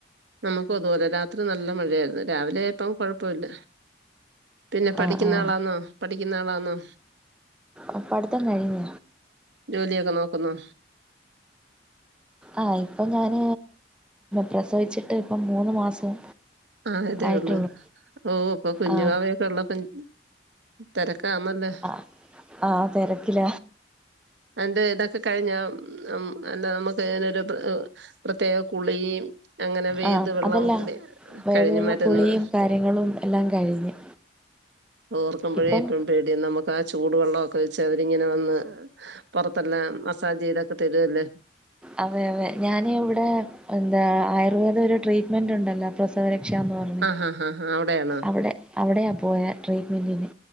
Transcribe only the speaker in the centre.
ആ ആ
അ പട്ത്തം കഴിഞ്ഞ
ആഹ് ഇപ്പം ഞാൻ പ്രസവിച്ചിട്ട് ഇപ്പം മൂന്ന് മാസം
ആയിട്ടുള്ളൂ
ആ
ആ ആഹ് തെരക്കില.
ആ
അതല്ല
വയറുള്ള
കുളിയും കാര്യങ്ങളും എല്ലാം കഴിഞ്ഞ്
ഇപ്പം
അതെ അതെ ഞാനിവിടെ എന്താ ആയുർവേദ ഒരു ട്രീറ്റ്മെന്റെണ്ടല്ലോ പ്രസവരക്ഷ എന്ന് പറഞ്ഞ്
അവിടെ അവിടെയാ പോയേ ട്രീറ്റ്മെന്റിന്